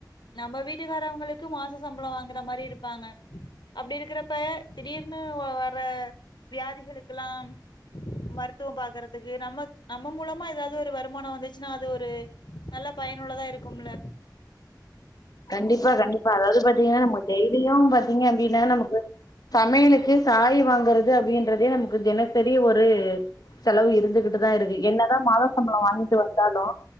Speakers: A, on the left; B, on the left.
A: நம்ப வீட்டுக்காரவங்ளுக்கு மாச சம்ளோ வாங்குற மாரி இருப்பாங்க அப்டி இருக்குறப்ப திடீர்னு வ ப்ப வியாதிகளுக்குலாம் ம த்துவ பாக்குறத்துக்கு நம்ம நம்ம மூலமா எதாது ஒரு வருமான வந்துச்சுனா அது ஒரு நல்ல பயனுள்ளதா இருக்கும்ல
B: கண்டிப்பா கண்டிப்பா அதாது பாத்தீங்னா நம்ம டெய்லியு பாத்தீங்க அப்டின்னா நமக்கு சமையலுக்கு காய் வாங்குறது அப்டின்றதே நமக்கு தினசரி ஒரு செலவு இருந்துகிட்டுதா இருக்கு என்னதா மாத சம்ளோ வாங்கிட்டு வந்தாலு